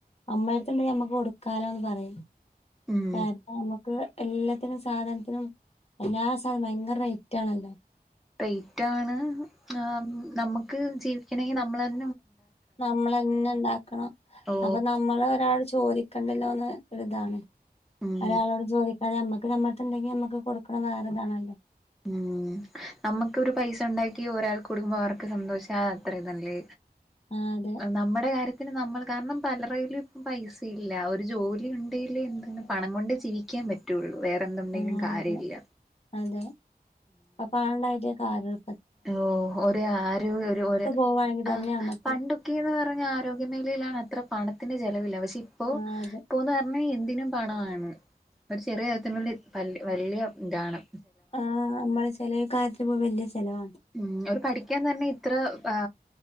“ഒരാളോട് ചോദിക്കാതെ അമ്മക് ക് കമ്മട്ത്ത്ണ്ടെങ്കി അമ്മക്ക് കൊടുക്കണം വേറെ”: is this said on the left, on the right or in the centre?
Left